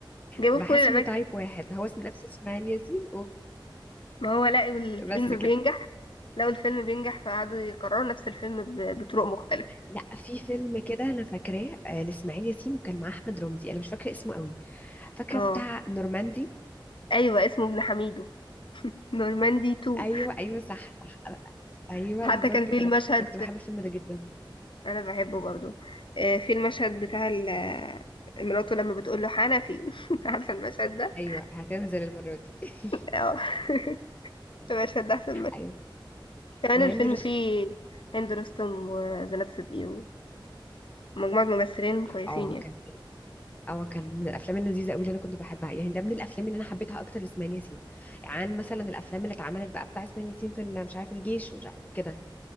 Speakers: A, on the left (about 75°); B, on the left (about 20°).
A: جابوه
B: بحس
A: في كل الاماكن
B: انه تايب واحد هو نفس اسماعيل ياسين و-
A: ما هو لقوا الفيلم
B: بس كده
A: بينجح لقوا الفيلم بينجح فقعدوا يكرروا نفس الفيلم ب- بطرق مختلفه
B: لا في فيلم كده انا فاكراه آه، لاسماعيل ياسين وكان معاه احمد رمزي انا مش فاكره اسمه قوي فاكره
A: اه
B: بتاع نورماندي
A: ايوه اسمه ابن حميدو نورماندي 2
B: ايوه ايوه صح صح ايوه
A: حتى
B: بالظبط
A: كان في
B: كده
A: المشهد
B: انا كنت بحب الفيلم ده جدا
A: انا بحبه برضو آه، في المشهد بتاع ال- آه، مراته لما بتقول له حنفي <laughs> عارفه المشهد ده
B: ايوه هتنزل المره دي <laughs>
A: اه <laughs> المشهد ده احسن
B: ايوه
A: يعني
B: وهند
A: الفيلم
B: رستم
A: فيه هند رستم وزنات صدقي ومجموعة ممثلين كويسين
B: اه
A: يعني
B: كان اه كان من الافلام اللذيذه قوي اللي انا كنت بحبها يعني ده من الافلام اللي انا حبيتها اكتر لاسماعيل ياسين عن مثلا الافلام اللي اتعملت بقى بتاع اسماعيل ياسين في ال- مش عارف الجيش ومش عارف كده